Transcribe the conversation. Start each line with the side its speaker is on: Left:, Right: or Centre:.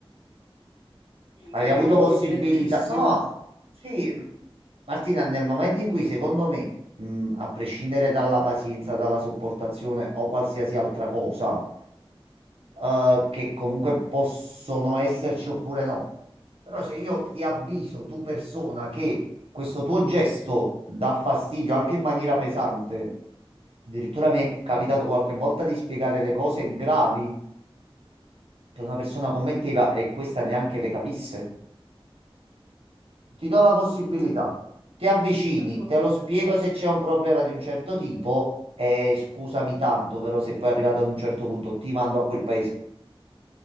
Left: Quindi
Right: Hai
Left: proprio
Right: Sì, avuto vabbè. possibilità?
Left: direttissimo.
Right: No, sì, Martina, nel momento in cui, secondo me, mh, a prescindere dalla pazienza, dalla sopportazione o qualsiasi altra cosa, eh, che comunque possono esserci oppure no. Però se io ti avviso, tu persona, che questo tuo gesto dà fastidio anche in maniera pesante, addirittura mi è capitato qualche volta di spiegare le cose gravi che una persona commetteva e questa neanche le capisse. Ti do
Left: Ma
Right: la possibilità,
Left: mm,
Right: ti avvicini,
Left: per porre
Right: te lo spiego
Left: un esempio,
Right: se c'è un problema di un certo tipo e scusami tanto, però se poi arrivato ad un certo punto ti mando a quel paese.